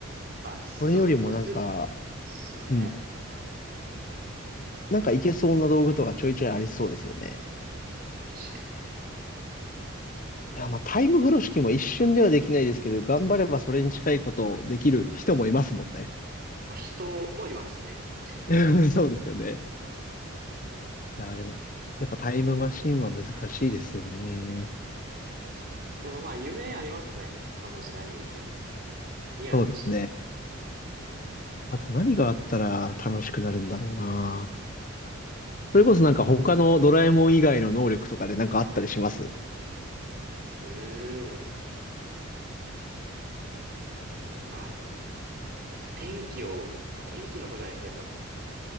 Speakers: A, on the right; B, on the left.
A: まあ、そうですね、
B: これよりもなんか、
A: 物理、そうですね。
B: うん。なんかいけそうな道具とかちょいちょいありそうですよね。
A: まあ確かに。
B: いや、まあ、タイム風呂敷も一瞬ではできないですけど、頑張ればそれに近いことできる人もいますもんね。
A: まあ、人もいますね。確かに。
B: <laughs> そうですよね。いやー、でも、
A: そう、
B: やっぱタイムマシンは難しいですよね。
A: そうです。でもまあ、夢ありますね。どの時代にも行けるって。リアルをしてる。
B: そうですね。あと何があったら楽しくなるんだろうな。それこそなんか他のドラえもん以外の能力とかでなんかあったりします
A: うーん。まあ、天気を、まあ、天気の子じゃないですけど、やっぱ、